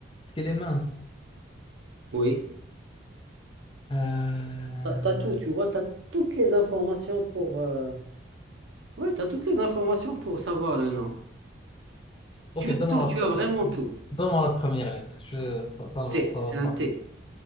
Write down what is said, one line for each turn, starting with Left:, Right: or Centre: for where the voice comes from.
Left: qu'elle est mince?
Right: Oui.
Left: Euh,
Right: T'as, t'as tout, tu vois, t'as toutes les informations pour. euh, Ouais, t'as toutes les informations pour savoir le nom.
Left: Ok,
Right: Tu as
Left: donne-moi
Right: tout,
Left: la,
Right: tu
Left: pre-
Right: as vraiment tout.
Left: donne-moi la première lettre. Je, ça, ça, ne
Right: T,
Left: va ça
Right: c'est
Left: va pas.
Right: un T.